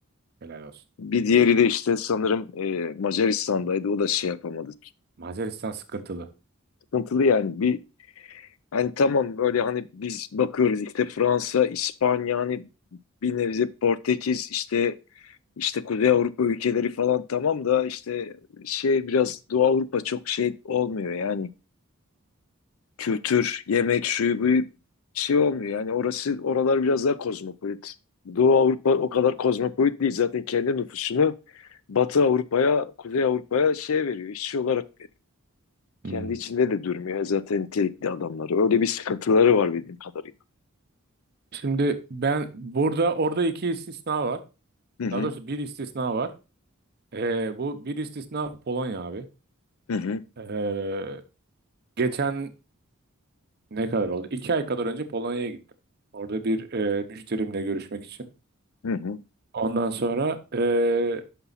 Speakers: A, on the right; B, on the left.
A: Helal olsun.
B: Bir diğeri de işte sanırım e, Macaristan'daydı. O da şey yapamadı.
A: Macaristan sıkıntılı.
B: Sıkıntılı yani. Bir hani tamam böyle hani biz bakıyoruz işte Fransa, İspanya hani bir nevi Portekiz işte işte Kuzey Avrupa ülkeleri falan tamam da işte şey biraz Doğu Avrupa çok şey olmuyor yani. kültür, yemek, şu bu şey olmuyor. Yani orası oralar biraz daha kozmopolit. Doğu Avrupa o kadar kozmopolit değil. Zaten kendi nüfusunu Batı Avrupa'ya, Kuzey Avrupa'ya şey veriyor, işçi olarak veriyor. Kendi
A: Hı.
B: içinde de durmuyor zaten nitelikli adamları. Öyle bir sıkıntıları var bildiğim kadarıyla.
A: Şimdi ben burada orada iki istisna var.
B: Hı hı,
A: Daha doğrusu bir istisna var. Ee, bu bir istisna Polonya abi.
B: hı hı,
A: Ee, geçen ne kadar oldu? İki ay kadar önce Polonya'ya gittim. Orada bir e, müşterimle görüşmek için.
B: hı hı,
A: Ondan sonra e,